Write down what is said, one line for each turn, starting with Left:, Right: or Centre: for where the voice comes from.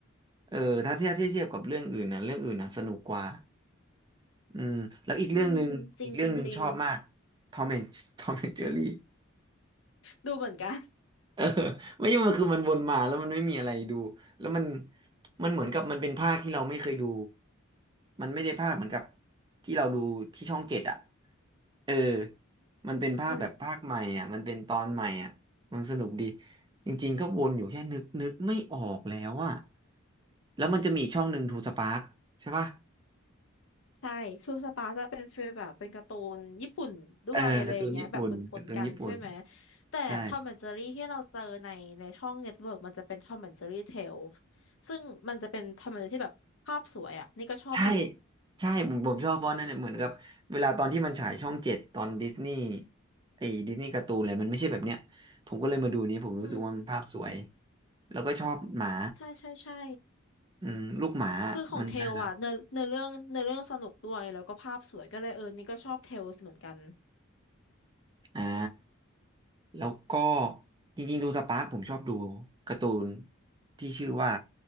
Right: เออถ้าเทียบเทียบกับเรื่องอื่นนะเรื่องอื่นนะสนุกกว่าอืมแล้วอีกเรื่องหนึ่งอีกเรื่องหนึ่งชอบมาก
Left: อืมจริงจริงจริง
Right: ทอมแอนทอมแอนเจอรี่
Left: ดูเหมือนกัน
Right: <laughs> เออไม่ใช่มันคือมันวนมาแล้วมันไม่มีอะไรดู แล้วมันมันเหมือนกับมันเป็นภาคที่เราไม่เคยดู มันไม่ได้ภาคเหมือนกับที่เราดูที่ช่องเจ็ดอ่ะเออมันเป็นภาคแบบภาคใหม่อ่ะมันเป็นตอนใหม่อ่ะมันสนุกดี
Left: อืม
Right: จริงๆก็วนอยู่แค่นึกนึกไม่ออกแล้วอ่ะแล้วมันจะมีอีกช่องหนึ่งทูสปาร์คใช่ป่ะ
Left: ใช่ซูสปาจะเป็นฟีลแบบเป็นการ์ตูนญี่ปุ่นด้วยอะไรอย่างเงี้ยแบบปนๆกันใช่ไหม
Right: เออการ์ตูนญี่ปุ่นการ์ตูนญี่ปุ่น
Left: แต่ทอมแอนด์เจอรี่ที่เราเจอในในช่องเน็ตเวิร์กมันจะเป็นทอมแอนด์เจอรี่เทล
Right: ใช่
Left: ซึ่งมันจะเป็นทอมแอนด์เจอรี่ที่แบบภาพสวยอ่ะนี่ก็ชอบดู
Right: ใช่ใช่ผมผมชอบเพราะนั่นเนี่ยเหมือนกับเวลาตอนที่มันฉายช่องเจ็ดตอนดิสนีย์ไอ้ดิสนีย์การ์ตูนอะไรมันไม่ใช่แบบเนี้ยผมก็เลยมาดูนี้ผมรู้สึกว่ามันภาพสวย
Left: อืม
Right: แล้วก็ชอบหมา
Left: ใช่ใช่ใช่
Right: อืมลูกหมามันน่ารัก
Left: คือของเทลอ่ะ เนื้อเนื้อเรื่องเนื้อเรื่องสนุกด้วยแล้วก็ภาพสวยก็เลยเออนี่ก็ชอบเทลเหมือนกัน
Right: อ่าแล้วก็จริงๆดูสปาร์คผมชอบดูการ์ตูนที่ชื่อว่า